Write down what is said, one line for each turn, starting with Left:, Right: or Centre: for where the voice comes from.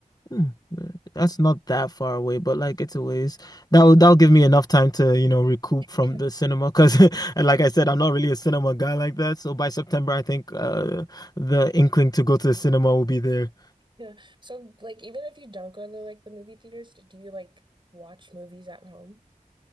Left: Hmm, that's not that far away, but like it's a ways. That'll that'll give me enough time to, you know, recoup from
Right: Yeah.
Left: the cinema because, <laughs> and like I said, I'm not really a cinema guy like that. So by September, I think uh the inkling to go to the cinema will be there.
Right: Yeah. So like even if you don't go to like the movie theaters, do you like watch movies at home?